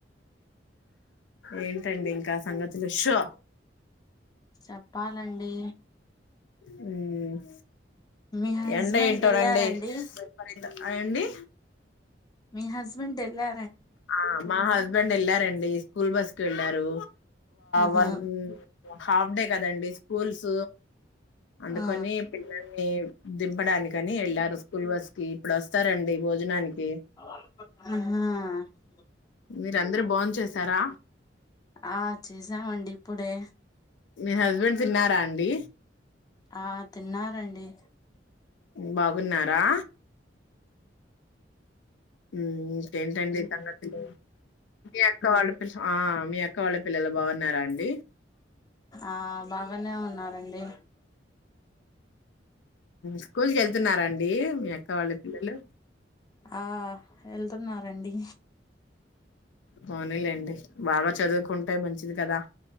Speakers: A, on the left; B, on the left.
A: ఏంటండి ఇంకా సంగతులు షో
B: చెప్పాలండి
A: ఉమ్
B: మీ హస్బెండ్
A: ఎండ ఏంటోనండి
B: వెళ్లారండి
A: విపరీత అండి
B: మీ హస్బెండ్ ఎలా
A: ఆ మా హస్బెండ్ వెళ్లారండి స్కూల్ బస్ కి వెళ్ళారు
B: ఆహా
A: వన్ హాఫ్ డే కదండి స్కూల్స్ అందుకని
B: ఆ
A: పిల్లల్ని దింపడానికని వెళ్ళారు స్కూల్ బస్ కి ఇప్పుడు వస్తారండి భోజనానికి
B: హా
A: మీరందరుూ బోం చేసారా
B: ఆ చేసామండి ఇప్పుడే
A: మీ తిన్నారా అండి
B: ఆ తిన్నారండి
A: బాగున్నారా ఉమ్ ఏంటండి సంగతులు మీ అక్క వాళ్ళ పిల్ల మీ అక్క వాళ్ళ పిల్లలు బాగున్నారా అండి
B: ఆ బాగానే ఉన్నారండి
A: స్కూల్ కి కెళ్తున్నారండి మీ అక్క వాళ్ళ పిల్లలు
B: ఆ వెళ్తున్నారండి
A: పోనీ లేండి బాగా చదువుకుంటే మంచిది కదా